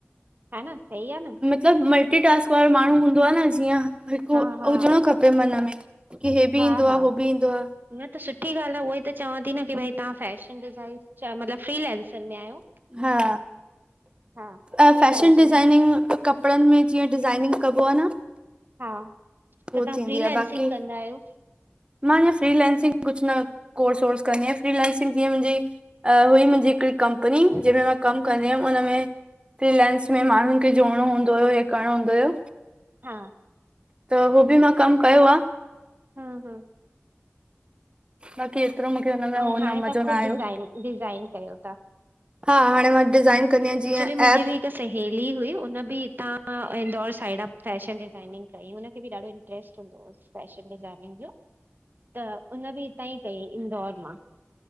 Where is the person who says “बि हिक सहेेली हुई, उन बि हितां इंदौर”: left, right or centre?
Right